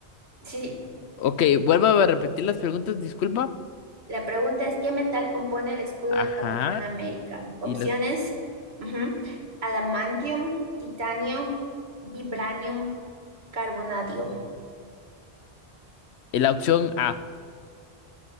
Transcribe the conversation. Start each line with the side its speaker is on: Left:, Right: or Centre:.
Right: Sí,
Left: Ok, vuelvo a repetir las preguntas, disculpa.
Right: la pregunta es: ¿qué metal compone el escudo
Left: Ajá,
Right: del Capitán América? Opciones:
Left: y la,
Right: ujú, adamantium, titanio, vibranium, carbonadio.
Left: y la opción A.